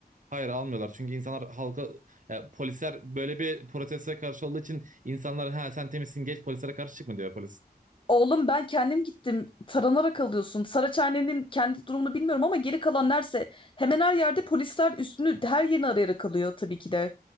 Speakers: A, on the right; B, on the left.
A: hayır almıyorlar. Çünkü insanlar halka e, polisler böyle bir protestoya karşı olduğu için insanlar ha sen temizsin geç polislere karşı çıkma diyor polis.
B: Oğlum ben kendim gittim. Taranarak alıyorsun. Saraçhane'nin kendi durumunu bilmiyorum ama geri kalan nerse hemen her yerde polisler üstünü her yerini arayarak alıyor tabii ki de.